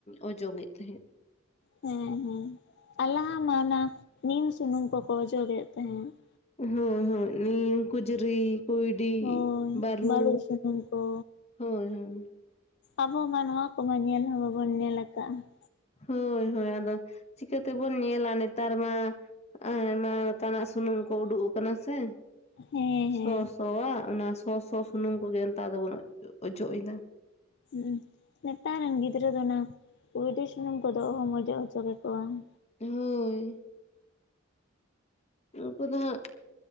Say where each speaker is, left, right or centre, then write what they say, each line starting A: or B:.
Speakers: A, on the left (about 35°); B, on the left (about 60°).
A: ᱚᱡᱚᱜᱮᱫ ᱛᱟᱦᱮᱸᱫ ᱾
B: ᱦᱮᱸ ᱦᱮᱸ ᱟᱨ ᱞᱟᱦᱟ ᱢᱟ ᱚᱱᱟ ᱱᱤᱢ ᱥᱩᱱᱩᱢ ᱠᱚᱠᱚ ᱚᱡᱚᱜᱮᱫ ᱛᱟᱦᱮᱸᱫ ᱾
A: ᱦᱩᱸ ᱦᱩᱸ ᱱᱤᱢ ᱠᱩᱡᱽᱨᱤ, ᱠᱩᱭᱰᱤ,
B: ᱦᱳᱭ
A: ᱵᱟᱹᱨᱩ
B: ᱥᱩᱱᱩᱢ ᱠᱚ
A: ᱦᱳᱭ ᱦᱳᱭ ᱾
B: ᱟᱵᱚ ᱢᱟ ᱱᱚᱣᱟ ᱠᱚᱢᱟ ᱧᱮᱞ ᱦᱚᱸ ᱵᱟᱵᱚᱱ ᱧᱮᱞ ᱟᱠᱟᱜᱼᱟ ᱾
A: ᱦᱚᱭ ᱦᱚᱭ ᱟᱫᱚ ᱪᱤᱠᱟᱹ ᱛᱮᱵᱚᱱ ᱧᱮᱞᱟ ᱱᱮᱛᱟᱨ ᱢᱟ ᱟᱭᱢᱟ ᱛᱟᱱᱟᱜ ᱥᱩᱱᱩᱢ ᱠᱚ ᱩᱰᱩᱠ ᱟᱠᱟᱱᱟ ᱥᱮ
B: ᱦᱮᱸ ᱦᱮᱸ
A: ᱥᱚ ᱥᱚᱣᱟᱜ ᱚᱱᱟ ᱥᱚ ᱥᱚ ᱥᱩᱱᱩᱢ ᱠᱚᱜᱮ ᱱᱮᱛᱟᱨ ᱫᱚᱵᱚᱱ ᱚᱡᱚᱜ ᱮᱫᱟ ᱾
B: ᱦᱩᱸ ᱩ ᱱᱮᱛᱟᱨ ᱨᱮᱱ ᱜᱤᱫᱽᱨᱟᱹ ᱫᱚ ᱚᱱᱟ ᱠᱩᱭᱰᱤ ᱥᱩᱱᱩᱢ ᱠᱚᱫᱚ ᱚᱦᱚᱢ ᱚᱡᱚᱜ ᱦᱚᱪᱚ ᱠᱮᱠᱚᱣᱟ ᱾
A: ᱦᱳᱭᱻ ᱱᱩᱠᱩ ᱫᱚ ᱦᱟᱸᱜ